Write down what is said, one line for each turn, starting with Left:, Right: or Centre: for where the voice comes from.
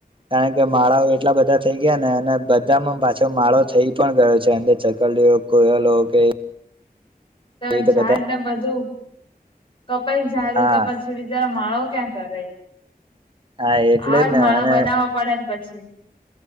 Right: કારણ કે માળાઓ એટલા બધા થઈ ગયા ને અને બધામાં પાછો માળો થઈ પણ ગયો છે અંદર ચકલીઓ કે કોયેલોઓ કે
Left: તો
Right: એવી રીતે
Left: ઝાડ
Right: બધા
Left: ને બધું કપાઈ ઝારું
Right: હા
Left: તો પછી બીચારો માળો એ તો ક્યાં જ કરે.
Right: હા એટલે
Left: આવા જ
Right: ને
Left: માળા
Right: અને
Left: બનાવવા પડેને પછી.